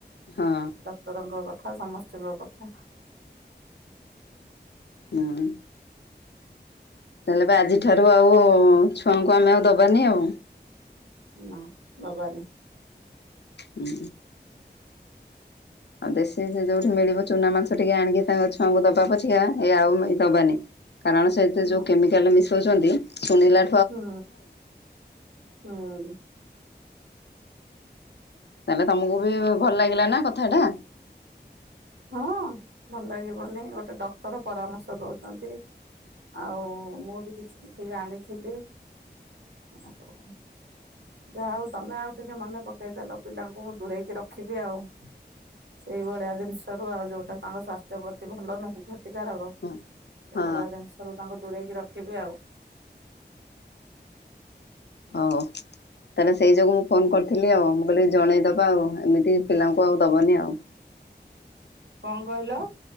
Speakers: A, on the left; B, on the right.
A: ହଁ।
B: ଡକ୍ଟରଙ୍କ କଥା ସମସ୍ତିଙ୍କ କଥା।
A: ହଁ। ତାହେଲେ ବା ଆଜି ଠାରୁ ଆଉ ଛୁଆଙ୍କୁ ଆମେ ଆଉ ଦବାନି ଆଉ।
B: ନା ଦବାନି।
A: ହୁଁ। ଆଉ ଦେଶୀ ଯୋଉଠି ମିଳିବ ଚୁନା ମାଂସ ଟିକେ ଆଣିକି ତାଙ୍କ ଛୁଆଙ୍କୁ ଦବା ପଛିକା ଏ ଆଉ ଏ ଦବାନି। କାରଣ ସେଇଥେ
B: ହୁଁ
A: ଯୋଉ କେମିକାଲ ମିଶଉଚନ୍ତି ଶୁଣିଲା
B: ହୁଁ ହୁଁ।
A: ତାହେଲେ ତମକୁ ବି ଭଲ ଲାଗିଲା ନା କଥା ଟା।
B: ହଁ ଭଲ ଲାଗିବନି ଗୋଟେ ଡକ୍ଟର ପରାମର୍ଶ ଦଉଚନ୍ତି। ଆଉ ମୁଁ ବି କିଛି କିଛି ଜାଣିଥିଲି ଆଉ ଯା ହଉ ତମେ ଆଉ ଟିକେ ମନେ ପକେଇଦେଲ ପିଲାଙ୍କୁ ମୁ ଦୂରେଇକି ରଖିବି ଆଉ। ସେଇଭଳିଆ ଜିନିଷ ରୁ ଆଉ ଯୋଉଟା ତାଙ୍କ ସ୍ୱାସ୍ଥ୍ୟ ପ୍ରତି ଭଲ ନୁହଁ କ୍ଷତିକାରକ
A: ହଁ ହଁ।
B: ଏ ଭଳିଆ ଜିନିଷରୁୁ ତାଙ୍କୁ ଦୂରେଇକି ରଖିବେ ଆଉ।
A: ଓଉହୋ ତାହେଲେ ସେଇ ଯୋଗୁ ମୁଁ ଫୋନ କରିଥିଲି ଆଉ ମୁଁ କହିଲି ଜଣେଇଦବ ହ ଆଉ ଏମିତି ପିଲାଙ୍କୁ ଆଉ ଦବନି ଆଉ।
B: କଅଁ କହିଲ?